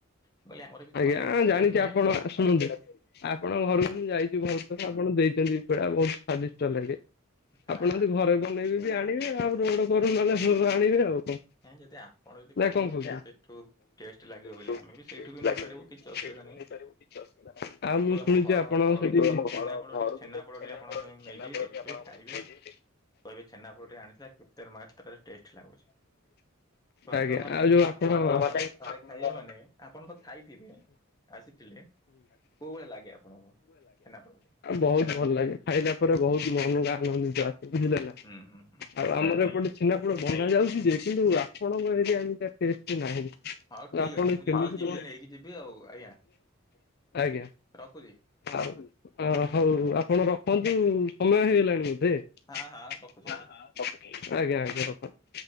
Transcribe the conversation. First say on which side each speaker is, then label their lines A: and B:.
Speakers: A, on the left; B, on the left.
A: ମୁଁ କହିଲି ଆମର ବି
B: ଆଜ୍ଞା
A: ଘରେ ପେଡା
B: ଜାଣିଛି
A: ତିଆରି ହୁଏ।
B: ଆପଣ ଶୁଣନ୍ତୁ। ଆପଣ
A: ହୁଁ
B: ଘରକୁ ମୁଁ ଯାଇଛି ବହୁତ ଆପଣ ଦେଇଛନ୍ତି ପେଡା ବହୁତ ନିଦ୍ଦିଷ୍ଟ ଲାଗେ
A: ହଁ
B: ଆପଣ ଯ ଘରେ ବନେଇବେ ବି ଆଣିବେ ଆଉ ରୋଡ କରୁ ମାନେ ହ ଆଣିବେ ଆଉ।
A: ଏ ଯଦି ଆପଣ ଯଦି
B: ନାଇଁ
A: କହୁଛନ୍ତି
B: ଆପଣ କଣ
A: ସେଠୁ ଟେଷ୍ଟ ଲାଗିବ
B: କହୁଛନ୍ତି
A: ବୋଲି ଆମେ
B: ଆପଣ
A: ବି ସେଇଠୁ ବି
B: ଯଦି
A: ନେଇପାରିବୁ
B: କୋହୁଛନ୍ତି
A: କିଛି ଅସୁବିଧା
B: ସେଇଠୁ
A: ନାହିଁ।
B: ବି ନେଇପାରିବୁ କିଛି ଅସୁବିଧା ନାହିଁ। ଆଉ
A: କିନ୍ତୁ
B: ମୁଁ
A: ଆମ
B: ଶୁଣିଛି
A: ଘର
B: ଆପଣ
A: ଘରୁ
B: ସେଠି
A: କିନ୍ତୁ
B: ଘରକୁ
A: ଛେନାପୋଡଟି ଛେନାପୋଡଟି
B: ତ ଛେନା
A: ଆପଣଙ୍କ ପାଇଁ ମୁଁ
B: ଛେନା
A: ନେଇଯିବି
B: ପୋଡ଼ଟି
A: ଦେଖିବେ
B: ଆପଣ
A: ଖାଇବେ।
B: ଆଜ୍ଞା।
A: କହିବେ ଛେନାପୋଡଟି ଆଣିଥିଲା କେତେ ମାତ୍ରାରେ ଟେଷ୍ଟ ଲାଗୁଛି। ସ୍ଵାଦ
B: ଆଜ୍ଞା
A: ମାନେ
B: ଆଉ ଯୋଉ ଆପଣ,
A: ଆପଣଙ୍କ
B: ଆଜ୍ଞା। ହୁଁ
A: ମାନେ
B: ହୁଁ
A: ଥରେ ଖାଇବେ
B: ଆ
A: ମାନେ ଆପଣ ତ ଖାଇଥିବେ ଆସିଥିଲେ କୋଉ ଭଳିଆ ଲାଗେ ଆପଣଙ୍କୁ? ଛେନାପୋଡ଼
B: ବହୁତ ଭଲ ଲାଗେ ଖାଇଲା ପରେ ବହୁତ ମହଙ୍ଗା ମାନେ ବୁଝିଲେ ନା
A: ହୁଁ ହୁଁ ହୁଁ।
B: ଆଉ ଆମର
A: ଆଜ୍ଞା
B: ଏପଟେ ଛେନାପୋଡ ବନା ଯାଉଛି ଯେ କିନ୍ତୁ ଆପଣଙ୍କ ଏ ସିଏ ଏମିତିଆ ଟେଷ୍ଟୀ ନାହିଁ।
A: ହଉ ଠିକ୍
B: ଆପଣ
A: ଅଛି
B: ଏ
A: ମୁଁ
B: କିମିତି
A: ଯେତେବେଳେ ଯିବି
B: କଣ,
A: ନେଇକି ଯିବି ଆଉ ଆଜ୍ଞା
B: ଆଜ୍ଞା।
A: ରଖୁଛି।
B: ଆଉ ଅ ହଉ
A: ହଁ
B: ଆପଣ ରଖନ୍ତୁ ସମୟ ହେଇଗଲାଣି। <unintelligible>
A: ହଁ ହଁ
B: ଆଜ୍ଞା
A: ରଖୁଛି
B: ଆଜ୍ଞା ରଖନ୍ତୁ।